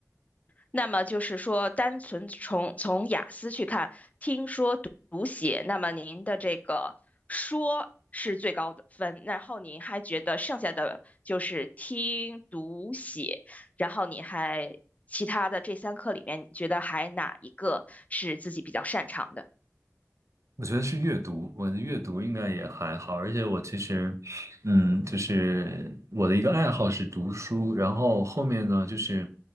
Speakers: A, on the left; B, on the right.
A: 那么就是说，单纯从从雅思去看，听说读读写，那么您的这个说是最高的分，然后您还觉得剩下的就是听读写，然后你还其他的这三课里面，你觉得还哪一个是自己比较擅长的？
B: 我觉得是阅读，我的阅读应该也还好，而且我其实，嗯，就是我的一个爱好是读书，然后后面呢，就是